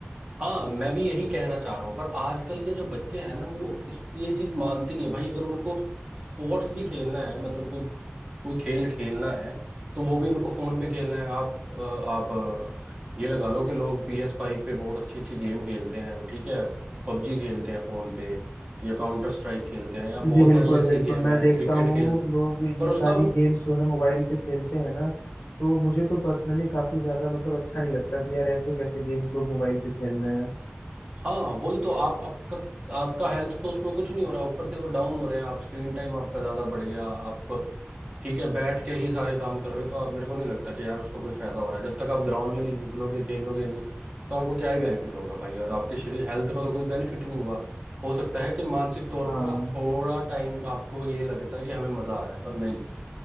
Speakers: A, on the right; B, on the left.
A: हाँ मैं भी यही कहना चाह रहा हूँ पर आजकल के जो बच्चे हैं ना वो इस ये चीज मानते नहीं है भाई अगर उनको स्पोर्ट्स भी खेलना है मतलब कोई कोई खेल खेलना है तो वो भी उनको फोन पे खेलना है आप अ, आप अ, ये लगा लो कि लोग पी एस फाइव पे बहुत अच्छी अच्छी गेम खेलते हैं ठीक है पबजी खेलते हैं फोन पे या काउंटर स्ट्राइक खेलते हैं या बहुत
B: जी बिल्कुल
A: सारी ऐसी
B: बिल्कुल
A: गेम
B: मैं
A: है
B: देखता
A: क्रिकेट
B: हूँ
A: खेलते हैं
B: लोग ये
A: पर उसका
B: सारी
A: उन
B: गेम्स जो है मोबाइल पे खेलते हैं ना तो मुझे तो पर्सनली काफी ज्यादा मतलब अच्छा नहीं लगता कि यार ऐसे कैसे गेम्स लोग मोबाइल पे खेल रहे हैं
A: हाँ वही तो आप आपका आपका हेल्थ तो उसमें कुछ नहीं हो रहा ऊपर से वो डाउन हो रहे हैं आप स्क्रीन टाइम आपका ज्यादा बढ़ गया आप ठीक है बैठ के ही सारे काम कर रहे हो तो आप मेरे को नहीं लगता कि यार उसका कोई फायदा हो रहा है जब तक आप ग्राउंड में नहीं निकलोगे खेलोगे नहीं तो आपको क्या ही बेनिफिट होगा भाई और आपके शरीर हेल्थ का तो कोई बेनिफिट नहीं हुआ हो सकता है कि मानसिक तौर
B: हाँ
A: पर आप थोड़ा टाइम आपको ये लगता है कि हमें मजा आ रहा है पर नहीं